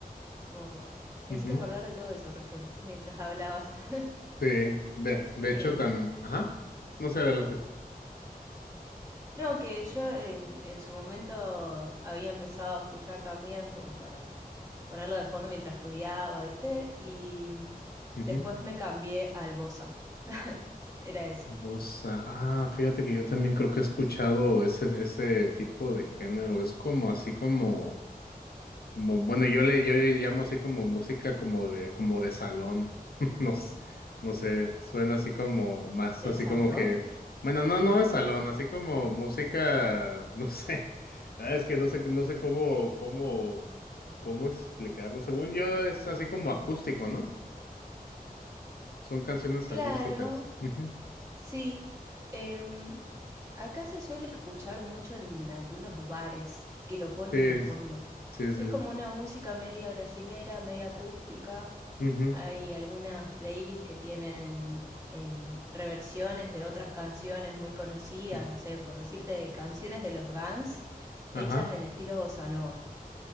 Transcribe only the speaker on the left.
ujú.
Sí, de, de
hecho, tan, ajá, no sé, adelante.
Ujú.
Bossa. Ah, fíjate que yo también creo que he escuchado ese, ese tipo de género. Es como así como Como, bueno, yo le, yo le llamo así como música como de, como de salón. <laughs> No, s- no sé, suena así como más
así
como que, bueno, no, no de salón, así como música, no sé. <laughs> Ah, Es que no sé, no sé cómo, cómo, cómo explicarlo. Según yo, es así como acústico, ¿no? Son canciones
acústicas. Ujú.
Sí,
sí, sí.
Ujú.
Sí.
Ajá.